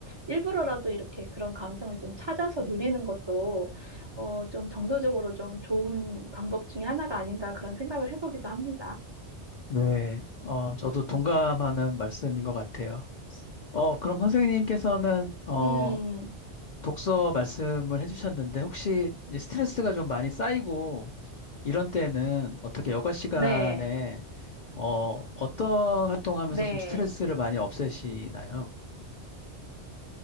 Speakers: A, on the right; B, on the left.
A: 일부러라도 이렇게 그런 감성을 좀 찾아서 누리는 것도 어, 좀 정서적으로 좀 좋은 방법 중에 하나가 아닌가 그런 생각을 해보기도 합니다.
B: 네. 어 저도 동감하는 말씀인 것 같아요. 어 그럼 선생님께서는 어
A: 음,
B: 독서 말씀을 해주셨는데 혹시 이제 스트레스가 좀 많이 쌓이고 이런 때는 어떻게 여가 시간에
A: 네,
B: 어, 어떤 활동하면서
A: 네.
B: 좀 스트레스를 많이 없애시나요?